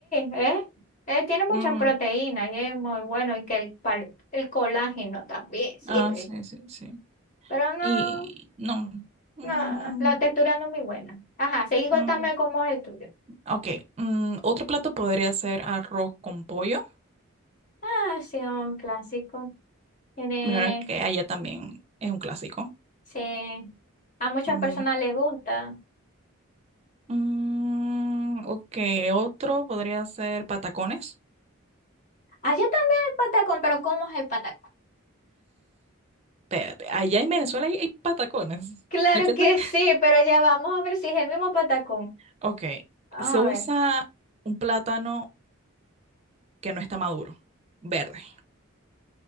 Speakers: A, on the left; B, on the right.
A: es, es- tiene muchas
B: Mm,
A: proteínas y es muy bueno y que el, pal- el colágeno también sirve.
B: ah, sí, sí, sí.
A: Pero no,
B: Y no. Mm,
A: no, la textura no es muy buena. Ajá, seguí
B: mm,
A: contame cómo es el tuyo.
B: ok, mm, otro plato podría ser arroz con pollo.
A: Ah, sí, un clásico. Tiene,
B: Me imagino que allá también es un clásico.
A: sí, a muchas
B: Mm,
A: personas les gusta.
B: mm, ok, otro podría ser patacones.
A: Allá también el patacón, pero ¿cómo es el patacón?
B: Espérate, allá en Venezuela hay, hay patacones.
A: Claro
B: Yo pensé
A: que
B: que...
A: sí, pero ya vamos a ver si es el mismo patacón.
B: Ok,
A: Vamos
B: se usa
A: a ver.
B: un plátano que no está maduro, verde.